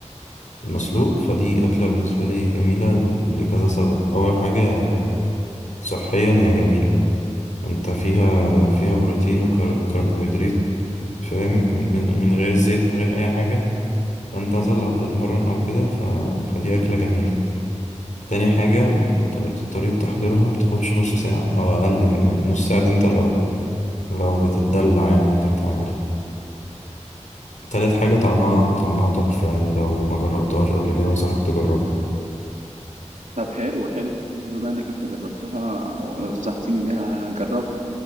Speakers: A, on the left (about 85°); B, on the right (about 80°).
A: المسلوق فدي اكله بالنسبه لي جميله لكذا سبب اول حاجه يعني صحيا هي جميله انت فيها فيها بروتين وكربوهيدرات فاهم من من من غير زيت من غير اي حاجه فانت مثلا لو بتتمرن او كده ف... فدي اكله جميله تاني حاجة طر- طريقة تحضيرها بتاخدش نص ساعة أو أقل كمان نص ساعة دي أنت لو لو بتتدلع يعني وانت بتعملها تالت حاجة طعمها طعمها تحفة يعني لو ما جربتهاش قبل كده انصحك تجربها
B: طب حلو حلو بما انك انت جربتها ونصحتني بيها هجربها